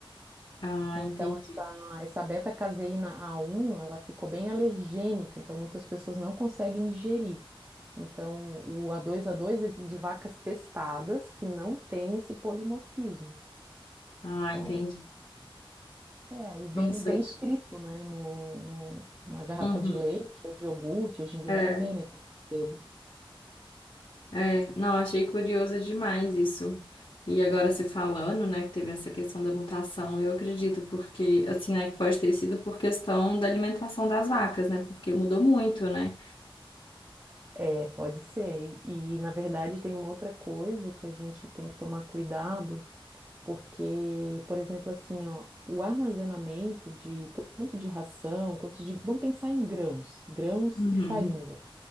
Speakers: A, on the left; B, on the right.
A: Ah,
B: Então,
A: entendi.
B: essa, essa beta-caseína a um ela ficou bem alergênica, então muitas pessoas não conseguem digerir. Então, o A2A2 é de vacas testadas que não tem esse polimorfismo.
A: Ah,
B: Então,
A: entendi.
B: é, e vem,
A: Nossa.
B: vem escrito, né, no, no- na garrafa
A: Uhum.
B: de leite ou de iogurte, hoje em dia
A: É,
B: já vem, né, com selo.
A: é. Não, achei curioso demais isso. E agora você falando, né, que teve essa questão da mutação, eu acredito, porque, assim, né, que pode ter sido por questão da alimentação das vacas, né, porque mudou muito, né?
B: É, pode ser. E, na verdade, tem uma outra coisa que a gente tem que tomar cuidado, porque, por exemplo, assim, ó, o armazenamento de tanto de ração quanto de, vamos pensar em grãos, grãos
A: Uhum.
B: e farinha.